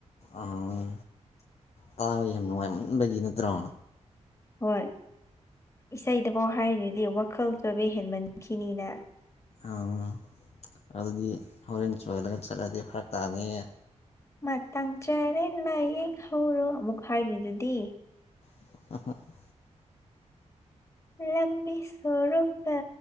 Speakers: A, on the left; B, on the left.
A: ꯑꯥ ꯇꯥꯕꯥ ꯌꯥꯝ ꯅꯨꯡꯉꯥꯏꯃꯟꯕꯥꯒꯤ ꯅꯠꯇ꯭ꯔꯣ
B: ꯍꯣꯏ ꯏꯁꯩꯗꯥꯐꯥꯎ ꯍꯥꯏꯔꯤꯗꯤ ꯋꯥꯈꯜ ꯆꯣꯏꯕꯥ ꯍꯦꯟꯃꯟꯈꯤꯅꯤꯅꯥ
A: ꯑꯥ ꯑꯗꯨꯗꯤ ꯍꯣꯔꯦꯟ ꯆꯣꯏꯍꯟꯂꯥꯒ ꯆꯠꯂꯗꯤ ꯐꯥꯔꯛ ꯇꯥꯅꯤꯍꯦ
B: ꯃꯇꯥꯡ ꯆꯥꯔꯦ ꯂꯥꯏꯌꯦꯡ ꯍꯧꯔꯣ ꯑꯃꯨꯛꯀꯥ ꯍꯥꯏꯔꯤꯗꯨꯗꯤ
A: <unintelligible>
B: ꯂꯝꯕꯤ ꯁꯣꯔꯣꯛꯇꯥ